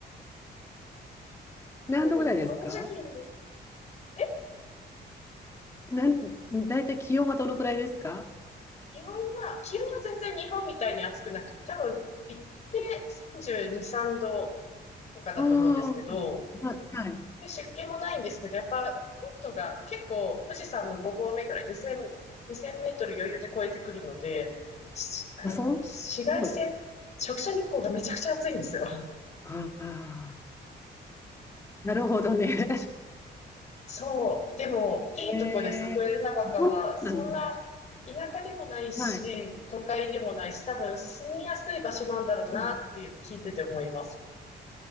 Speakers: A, on the left (about 40°); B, on the left (about 15°).
A: <laughs>
B: 何度ぐらいですか
A: なので、この時期に、え、
B: なん、大体気温はどのくらいですか
A: 気温は、気温は全然日本みたいに暑くなくて、多分、行って32、3度とかだと思うんですけど、
B: ああー、はい、はい。
A: で、湿気もないんですけど、やっぱ、高度が結構、富士山の5合目ぐらい、2000、にせんメートル余裕で超えてくるので、しあの、
B: あ、そん、
A: 紫外線、
B: すごい。
A: 直射日光がめちゃくちゃ暑いんですよ。
B: ああ、なるほどね。
A: そう、そう。でも、いいとこです。
B: <laughs> へえー
A: 豊永川は、
B: そうなんだ。
A: そんな田舎でもないし、
B: はい。
A: 都会でもないし、多分住みやすい場所なんだろうなって聞いてて思います。
B: ね